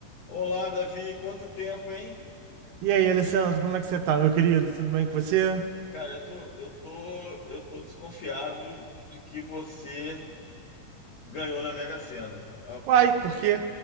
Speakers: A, on the left; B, on the right.
A: Olá, Davi, quanto tempo, hein?
B: E aí, Alessandro, como é que você tá, meu querido? Tudo bem com você?
A: Cara, eu tô, eu tô, eu tô desconfiado de que você ganhou na Mega Sena. Ah,
B: Uai, por quê?